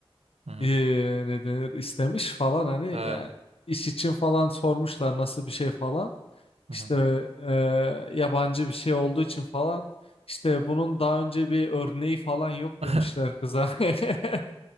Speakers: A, on the right (about 85°); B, on the left (about 65°).
A: Hı hı.
B: e, ne denir istemiş falan hani
A: Evet.
B: yani iş için falan sormuşlar nasıl bir şey falan.
A: Hı
B: İşte
A: hı.
B: e, yabancı bir şey olduğu için falan işte bunun daha önce bir örneği falan yok
A: <laughs>
B: demişler kıza. <laughs>